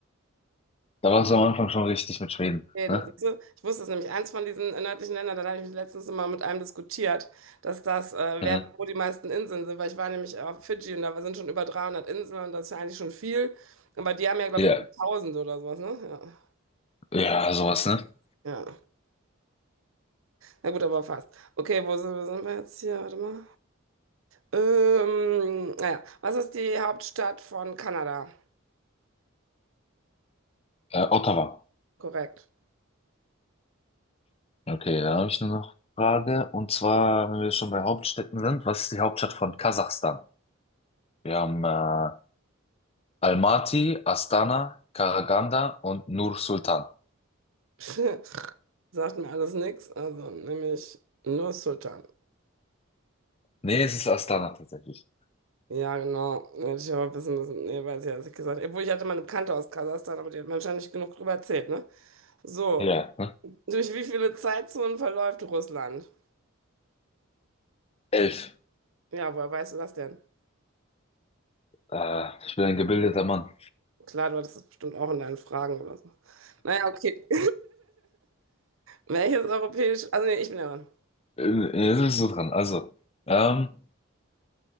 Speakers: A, on the left; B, on the right.
A: Da war es am Anfang schon richtig mit Schweden,
B: Schweden,
A: ne?
B: siehst du? Ich wusste es nämlich, eins von diesen nördlichen Ländern, da habe ich mich letztens mal mit einem diskutiert, dass das, äh,
A: Mhm.
B: wer, wo die meisten Inseln sind, weil ich war nämlich auf Fidschi und da sind schon über 300 Inseln und das ist ja eigentlich schon viel. Aber die haben ja, glaube
A: Ja,
B: ich, über 1000 oder sowas, ne?
A: ja, sowas, ne?
B: Ja. ja. Na gut, aber fast. Okay, wo sind, wo sind wir jetzt hier? Warte mal. Ähm, naja, was ist die Hauptstadt von Kanada?
A: Äh, Ottawa.
B: Korrekt.
A: Okay, da habe ich nur noch Frage. Und zwar, wenn wir schon bei Hauptstädten sind, was ist die Hauptstadt von Kasachstan? Wir haben äh, Almaty, Astana, Karaganda und Nur Sultan.
B: <laughs> Sagt mir alles nichts, also nämlich nur Sultan.
A: Nee, es ist Astana tatsächlich.
B: Ja, genau. Hätte ich aber wissen müssen. Nee, weiß ich, ja, als ich gesagt habe. Obwohl, ich hatte mal eine Bekannte aus Kasachstan, aber die hat mir wahrscheinlich nicht genug drüber erzählt, ne? So,
A: Ja, ne?
B: durch wie viele Zeitzonen verläuft Russland?
A: Elf.
B: Ja, woher weißt du das denn?
A: Äh, ich bin ein gebildeter Mann.
B: Klar, du hattest das bestimmt auch in deinen Fragen oder so. Naja, okay. <laughs> Welches europäisch... Also, nee, ich bin ja dran.
A: Ähm, Jetzt bist du dran. Also, ähm,